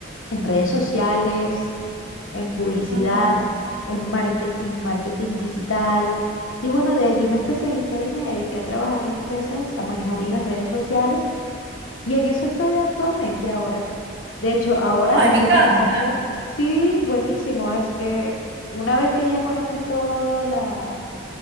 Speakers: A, on the left; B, on the right.
A: en redes sociales, en publicidad,
B: ajá.
A: en marketing, marketing digital. Y bueno, de allí me especialicé y me dediqué a trabajarle a empresas, a manejarle las redes sociales. Y en eso estoy actualmente ahora. De hecho, ahora
B: Ay,
A: estoy
B: me encanta.
A: trabajando. Sí, buenísimo. Es, eh, una vez que ya conoces toda la